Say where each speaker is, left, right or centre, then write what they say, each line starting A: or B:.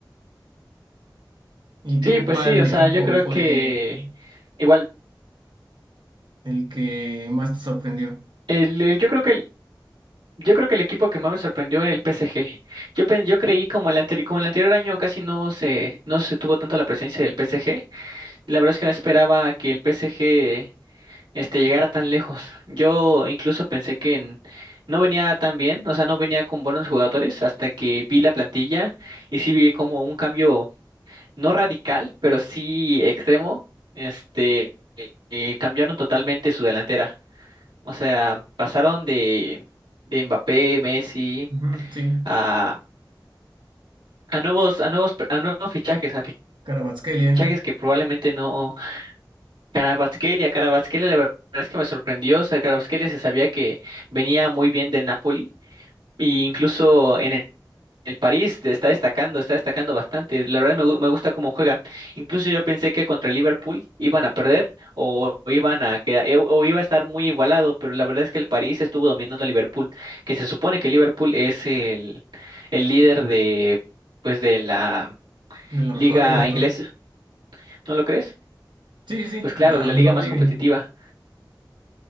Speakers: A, on the right; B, on the right.
A: ¿Y
B: Sí,
A: tú
B: pues
A: cuál
B: sí, o
A: equipo
B: sea, yo creo
A: fue
B: que igual,
A: el que más te sorprendió?
B: el, el- yo creo que el, yo creo que el equipo que más me sorprendió era el PSG. Yo pen- yo creí como el anterior, como el anterior año casi no se, no se tuvo tanto la presencia del PSG. La verdad es que no esperaba que el PSG este llegara tan lejos. Yo incluso pensé que en- no venía tan bien, o sea, no venía con buenos jugadores hasta que vi la plantilla y sí vi como un cambio no radical, pero sí extremo. Este eh, eh, cambiaron totalmente su delantera. O sea, pasaron de, de Mbappé, Messi,
A: Ujú, sí,
B: a, a nuevos, a nuevos, pe- a nuevos fichajes, a
A: Kvaratskhelia,
B: fichajes que probablemente no. Carabasquelia, Carabasquelia, la verdad es que me sorprendió. O sea, Carabasquelia se sabía que venía muy bien del Napoli. E incluso en El París te está destacando, está destacando bastante. La verdad me, gu- me gusta cómo juega. Incluso yo pensé que contra el Liverpool iban a perder o, o iban a quedar, e- o iba a estar muy igualado, pero la verdad es que el París estuvo dominando a Liverpool, que se supone que Liverpool es el, el líder de pues de la
A: de la
B: liga
A: mejor liga, ¿no?
B: inglesa, ¿no lo crees?
A: Sí, sí,
B: Pues claro,
A: la
B: de la
A: mejor
B: liga más
A: liga.
B: competitiva.